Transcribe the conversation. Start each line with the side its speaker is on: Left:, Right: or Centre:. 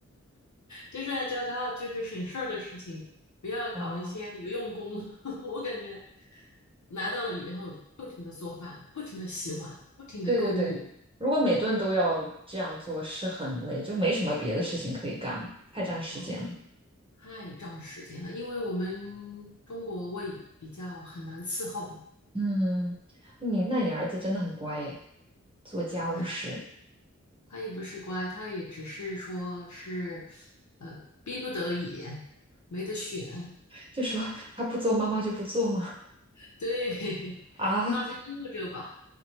Left: 就是要教他就是省事儿的事情，不要搞一些无用功。
Right: <laughs> 哦，
Left: <laughs> 我感觉来到了以后，不停的做饭，不停的洗碗，不停的购物，
Right: 对对对，如果每顿都要这样做，是很累，就没什么别的事情可以干了，太占时间了。
Left: 嗯，太占时间了。因为我们中国胃比较很难伺候，
Right: 嗯，你那你儿子真的很乖耶，做家务事，
Left: 哎，他也不是乖，他也只是说是呃逼不得已，没得选，
Right: 就说他不做，妈妈就不做吗？
Left: <laughs> 对，<laughs>
Right: <laughs> 啊，
Left: 大家饿着吧。